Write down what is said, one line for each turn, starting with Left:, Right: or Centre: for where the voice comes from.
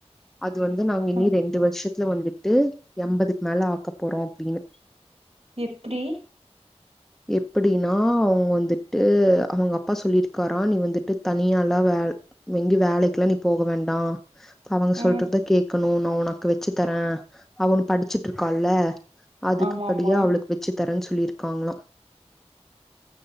Centre: அது வந்து நாங்க இனி
Right: அ
Centre: ரெண்டு வருஷதுத் தில வந்துட்டு எண்பதுக்கு மேல ஆக்க போறோம் அப்படின்னு
Right: எப்படி
Centre: எப்டினா அவங்க வந்துட்டு அவங்க அப்பா சொல்லிருக்காராம் நீ வந்துட்டு தனியல்லாம் வே எங்கி வேலைக்குல்லாம் நீ போக வேண்டாம் அவங்க
Right: ம்
Centre: சொல்றதான் கேட்கணும் நா உனக்கு வச்சு தரேன் அவனு படிச்சிட்டு இருக்கான்ல அதுக்கு
Right: ஆமா
Centre: படியா
Right: ஆமா
Centre: அவளுக்கு தரேன்னு சொல்லியிருக்காங்களா